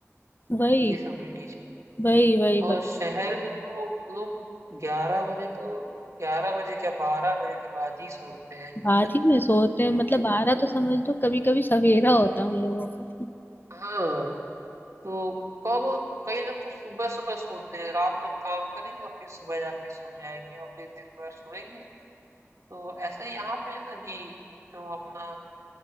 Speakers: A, on the left (about 40°); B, on the right (about 65°).
A: वही
B: ये समझ लीजिए
A: वही वही
B: और
A: वही
B: शहर में तो लोग ग्यारह बजे तो ग्यारह बजे क्या बारह बजे के बाद ही सोते हैं
A: बात ही में सोते
B: <laughs>
A: हैं मतलब
B: ये-
A: बारह तो समझ लो कभी कभी सवेरा होता है उन लोगों का
B: हाँ तो कहो कई लोग तो सुबह सुबह सोते हैं रात भर काम करेंगे और फिर सुबह जाके सो जाएंगे और फिर दिन भर सोएंगे तो ऐसे ही यहाँ पे है ना कि जो अपना